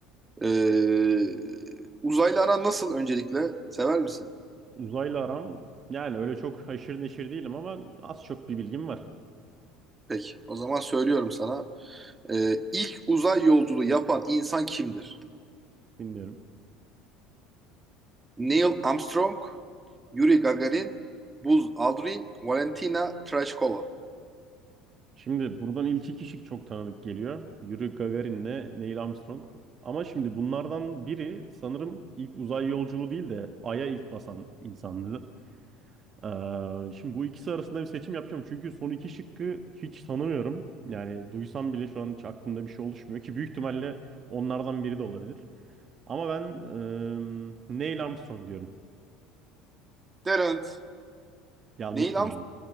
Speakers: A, on the right (about 20°); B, on the right (about 40°).
A: Ee, uzaylı aran nasıl öncelikle? Sever misin?
B: Uzayla aram yani öyle çok haşır neşir değilim ama az çok bir bilgim var.
A: Peki o zaman söylüyorum sana. Ee, ilk uzay yolculuğu yapan insan kimdir?
B: Dinliyorum.
A: Neil Armstrong, Yuri Gagarin, Buzz Aldrin, Valentina Tereshkova.
B: Şimdi buradan ilk iki kişi çok tanıdık geliyor. Yuri Gagarin'le Neil Armstrong. Ama şimdi bunlardan biri sanırım ilk uzay yolculuğu değil de Ay'a ilk basan insandı. Ee, şimdi bu ikisi arasında bir seçim yapacağım. Çünkü son iki şıkkı hiç tanımıyorum. Yani duysam bile şu an hiç aklımda bir şey oluşmuyor ki büyük ihtimalle onlardan biri de olabilir. Ama ben eee, Neil Armstrong diyorum.
A: Derent.
B: Yanlış
A: Neil
B: mı bildim?